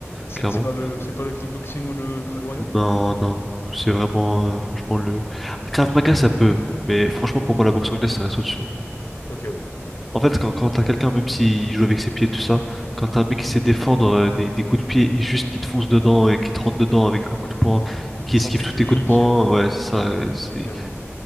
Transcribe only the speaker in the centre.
clairement.
Non, non, c'est vraiment, euh, franchement, le... Krav Maga, ça peut. Mais franchement, pour moi, la boxe anglaise, ça reste au-dessus. hein.
En fait, quand, quand t'as quelqu'un, même s'il joue avec ses pieds, tout ça, quand t'as un mec qui sait défendre euh, des, des coups de pied et juste qui te fonce dedans et qui te rentre dedans avec un coup de poing, qui
esquive
tous tes coups de poing,
ouais, c'est ça, euh, c'est-